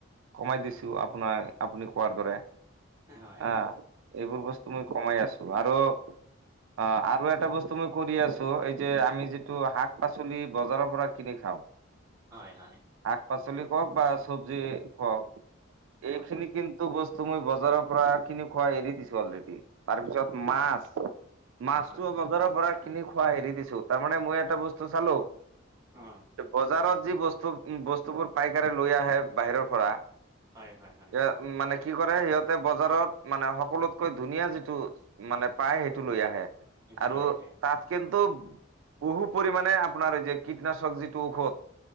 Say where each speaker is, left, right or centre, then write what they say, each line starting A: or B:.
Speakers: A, on the right (about 80°); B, on the right (about 15°).
A: কমাই দিছো। আপোনাৰ, আপুনি কোৱাৰ দৰে,
B: হয়
A: আহ।
B: হয়
A: এইবোৰ বস্তু মই কমাই আছো আৰু অ আৰু এটা বস্তু মই কৰি আছো এই যে আমি যিটো শাক পাচলি বজাৰৰ পৰা কিনি খাওঁ।
B: হয় হয়।
A: শাক পাচলি কওক বা চব্জি কওক। এইখিনি
B: হয়
A: কিন্তু বস্তু মই বজাৰৰ পৰা খিনি খুৱাই এৰি দিছো অলৰেডি। তাৰপিছত
B: অ অ
A: মাছ। মাছটো
B: অ
A: বজাৰৰ পৰা কিনি খোৱা হেৰি দিছো তাৰ মানে মই এটা বস্তু চালো।
B: উম।
A: বজাৰত যি বস্তু বস্তুবোৰ পাইকাৰে লৈ আহে বাহিৰৰ পৰা।
B: হয় হয় হয়।
A: উ মানে কি কৰে সিহঁতে বজাৰত মানে সকলোতকৈ ধুনীয়া যিটো মানে পাই সেইটো লৈ আহে
B: সিহঁতি
A: আৰু
B: লৈ আহে
A: তাত কিন্তু বহু পৰিমাণে আপোনাৰ এই যে কীটনাশক যিটো ঔষধ